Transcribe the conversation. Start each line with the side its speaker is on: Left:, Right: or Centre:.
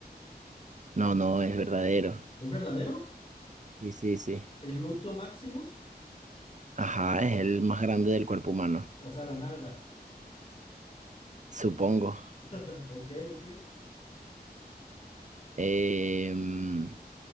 Right: No, no, es verdadero.
Left: ¿Es verdadero?
Right: Sí, sí, sí.
Left: ¿El glúteo maximus?
Right: Ajá, es el más grande del cuerpo humano,
Left: O sea, la nalga.
Right: supongo.
Left: <laughs> Ok, ok.
Right: Em,